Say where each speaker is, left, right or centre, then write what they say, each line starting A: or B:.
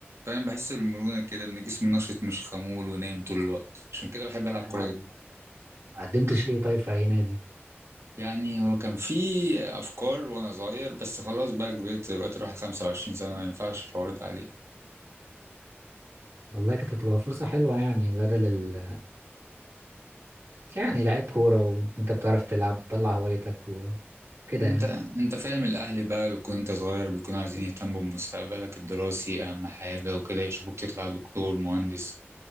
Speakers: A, on the right; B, on the right.
A: فاهم بحس بالمرونه كده ان جسمي نشط مش خمول ونايم طول الوقت عشان كده بحب العب
B: <laughs>
A: كوره
B: ما قد-
A: جدا
B: ما قدمتش ليه طيب في أي نادي
A: يعني هو كان في افكار وانا صغير بس خلاص بقى كبرت دلوقتي الواحد 25 سنه ما ينفعش الحوار ده عليه
B: والله كانت هتبقى فرصة حلوة يعني بدل ال يعني لعيب كورة و... وانت بتعرف تلعب تطلع هوايتك وكده
A: انت
B: يعني
A: انت فاهم الاهل بقى بيكون انت صغير بيكونوا عايزين يهتموا بمستقبلك الدراسي اهم حاجه وكده يشوفوك تطلع دكتور مهندس